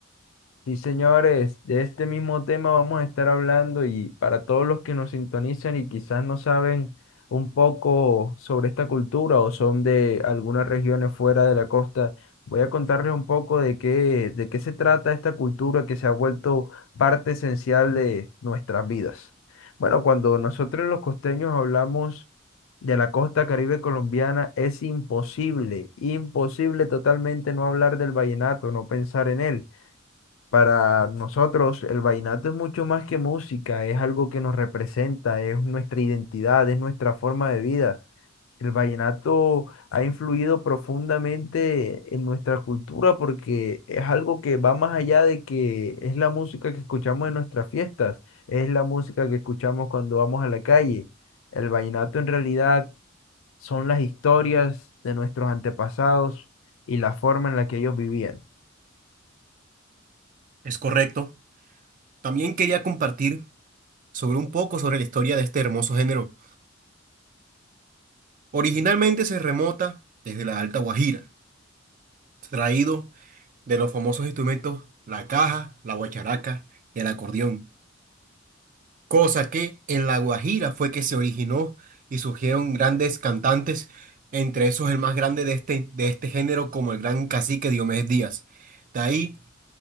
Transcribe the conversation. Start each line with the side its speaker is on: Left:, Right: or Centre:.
Left: Sí, señores, de este mismo tema vamos a estar hablando y para todos los que nos sintonizan y quizás no saben un poco sobre esta cultura o son de algunas regiones fuera de la costa, voy a contarles un poco de qué, de qué se trata esta cultura que se ha vuelto parte esencial de nuestras vidas. Bueno, cuando nosotros los costeños hablamos de la costa Caribe colombiana, es imposible, imposible totalmente no hablar del vallenato, no pensar en él. Para nosotros el vallenato es mucho más que música, es algo que nos representa, es nuestra identidad, es nuestra forma de vida. El vallenato ha influido profundamente en nuestra cultura porque es algo que va más allá de que es la música que escuchamos en nuestras fiestas, es la música que escuchamos cuando vamos a la calle. El vallenato en realidad son las historias de nuestros antepasados y la forma en la que ellos vivían.
Right: Es correcto. También quería compartir sobre un poco sobre la historia de este hermoso género. Originalmente se remota desde la Alta Guajira traído de los famosos instrumentos la caja, la guacharaca y el acordeón, cosa que en La Guajira fue que se originó y surgieron grandes cantantes, entre esos el más grande de este, de este género como el gran cacique Diomedes Díaz. De ahí